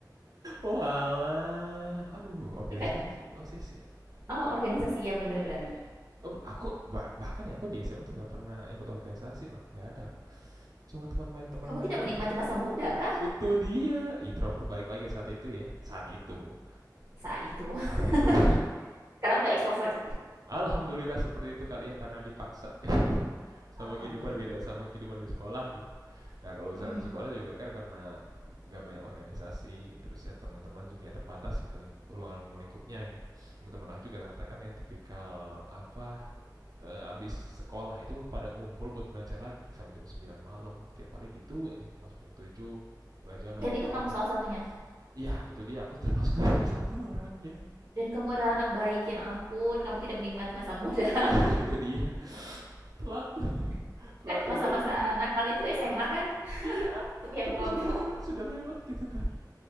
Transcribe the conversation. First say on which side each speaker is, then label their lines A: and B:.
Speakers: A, on the right (about 60°); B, on the right (about 45°).
A: oh alah, aduh organisasi
B: <laughs> ya kan
A: osis ya. Duh,
B: oh organisasi ya benar-benar
A: iya. Oh, aku bah- bahkan ya aku di SMA tuh nggak pernah ikut organisasi loh, nggak ada aku. Cuma teman main teman
B: kamu
A: main
B: tidak
A: aja.
B: menikmati masa muda kah
A: Itu dia introvert balik lagi saat itu ya, saat itu.
B: saat itu
A: saat
B: <laughs>
A: itu <laughs>
B: sekarang udah ekstrovert
A: alhamdulillah seperti itu kali ya karena dipaksa <laughs> gitu. sama
B: alhamdulillah
A: kehidupan beda sama kehidupan di sekolah gitu nah kalau misalnya
B: Mm.
A: di sekolah juga kan karena nggak banyak organisasi terus ya teman-teman juga ya terbatas gitu lingkup, ruang lingkupnya gitu teman-teman aku juga rata-rata kan yang tipikal apa eh, abis sekolah itu lu pada ngumpul buat belajar lagi sampai jam 9 malam tiap hari gitu aja masuk jam tujuh belajar lagi
B: dan itu
A: belajar
B: kamu
A: lagi
B: salah satunya
A: iya itu dia aku termasuk <laughs> salah satu orangnya
B: dan kamu adalah anak baik ya ampun kamu tidak menikmati masa muda
A: <laughs> itu dia telat <laughs>
B: <laughs>
A: telat
B: kan masa-masa
A: cobanya gitu kan
B: nakal itu SMA kan
A: iya
B: putih abu-abu
A: tapi sudah
B: <laughs>
A: sudah lewat gitu kan